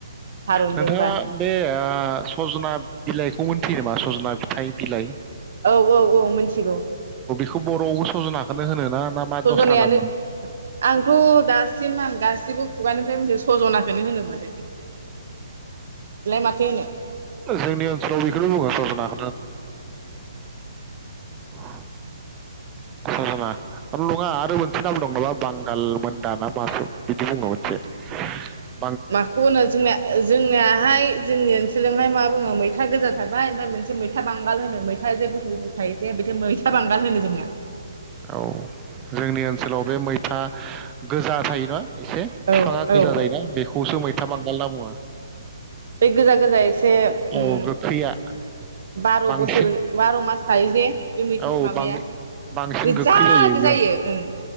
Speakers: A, on the right; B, on the right.
A: थारुनजोंबा
B: नोंथाङा बे आ सजना बिलाइखौ मोनथियोमा सजना फिथाइ-बिलाइ
A: औ औ औ मिथिगौ ।
B: खौ बर'आवबो सजनाखौनो होनो ना ना मा
A: सजनायानो
B: दस्रा नाम दं
A: आंथ' दासिम आं गासिबो खुगानिफ्राय मोनथियो सजनाखौनो होनोमोन। माथो होनो
B: जोंनि ओनसोलाव बेखौनो बुंङो सजना । <unintelligible> स'जना नङा आरो मोनसे नाम दं नबा बांगाल मोनदा ना मासो बिदि बुङो मोनसे ।
A: माखौ होनो जोंना जोंनिहाय जोंनि ओनसोलजों ओमफाय मा बुङो मैथा गोजा थाबाय ओमफाय मोनसे मैथा बांगाल होनो मैथा जे गुफुर गुफुर थायो जे बे मैथा बांगाल होनो जोंना।
B: औ जोंनि ओनसोलाव बे मैथा गोजा थायोना एसे बिफाङा
A: औ औ
B: गोजा
A: ओ
B: जायोना बेखौसो मैथा बांगाल होनना बुङो ।
A: बे गोजा गोजा एसे उम
B: औ गोखैया
A: बार'
B: बांसिन
A: बोसोर बार' मास थायो जे बे मैथा
B: औ
A: माबाया
B: बां बांसिन
A: गोजा
B: गोखै
A: जायो
B: बेयो
A: ओं ।